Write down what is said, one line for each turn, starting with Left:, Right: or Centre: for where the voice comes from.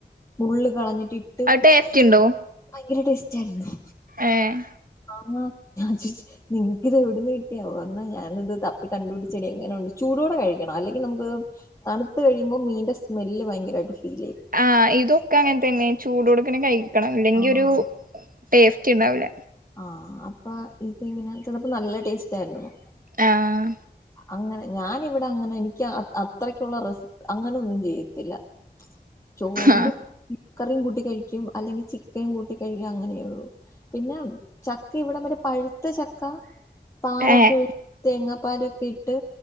Left: മുള്ള്കള്ഞ്ഞ്ട്ട് ഇട്ട്മിക്സ്ചെയ്ഭയ്ങ്കെര
Right: അത് ടേസ്റ്റ് ഉണ്ടോ
Left: ടെസ്റ്റ് ആയിരുന്നു
Right: ഏഹ്
Left: <unintelligible> നിങ്ങ്ക്ക്ത് എവിട്ന്ന് കിട്ട്വാവോഅന്ന് ഞാനിത് തപ്പി കണ്ട്പ്ട്ച്ചെടി എങ്ങനെ ഉണ്ട് ചൂടോടെ കഴിക്കണം അല്ലെങ്കി ന്നമുക്ക് തണുത്ത്കഴിയുമ്പം മീൻന്റെസ്മെല്ല് ഭയ്ങ്കെരായ്ട്ട് ഫീലെയ്യും
Right: ആഹ് ഇതൊക്കെ അങ്ങൻതന്നെ ചൂടോട്ക്കന്നെ കഴിക്കണം ഇല്ലെങ്കിൽ
Left: ആഹ്
Right: ഒരു ടേസ്റ്റ്ണ്ടാവൂല്ല
Left: ആഹ് അപ്പ ഇതിങ്ങനെ ചിലപ്പോ നല്ല ടേസ്റ്റ് ആയിരുന്നു
Right: ആഹ്
Left: അങ്ങനെ ഞാനിവിടെ അങ്ങനെ എനിക്ക് അത്രയ്ക്കുള്ള റെസ് അങ്ങനൊന്നും ചെയ്യത്തില്ല ചോറ്ണ്ട്
Right: ആഹ്
Left: ഇക്കറിയും കൂട്ടി കഴിക്കും അല്ലെങ്കി ചിക്കനും കൂട്ടി കഴിക്കും അങ്ങനെയള്ളൂ പിന്നെ ചക്ക ഇവിടേം വരെ പഴുത്ത ചക്ക പാലക്കെ
Right: ഏഹ്
Left: ഒഴി തേങ്ങാപ്പാലൊക്കെ ഇട്ട്